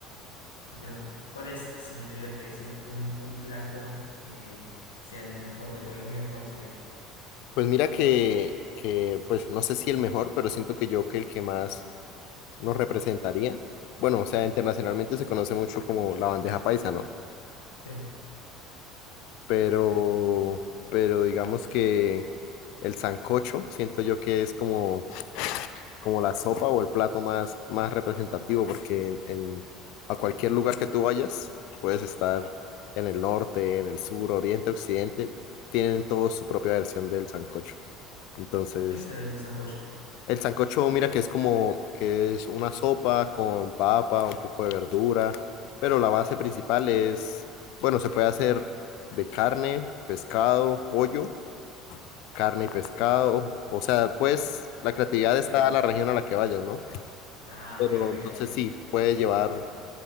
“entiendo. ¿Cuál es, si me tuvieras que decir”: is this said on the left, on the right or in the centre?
Left